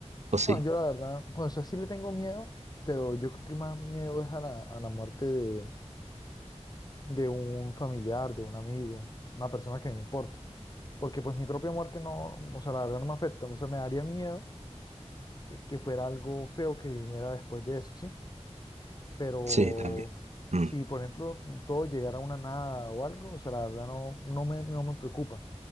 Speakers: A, on the right; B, on the left.
A: ¿O sí?
B: No, yo la verdad, pues así le tengo miedo, pero yo creo que más miedo es a la, a la muerte de, de un familiar, de un amigo, una persona que me importa. porque pues mi propia muerte no, o sea, la verdad no me afecta, o sea, me daría miedo eh, que fuera algo feo que viniera después de eso, ¿sí? Pero
A: Sí, también. Mm.
B: si, por ejemplo, todo llegara a una nada o algo, o sea, la verdad no, no me, no me preocupa,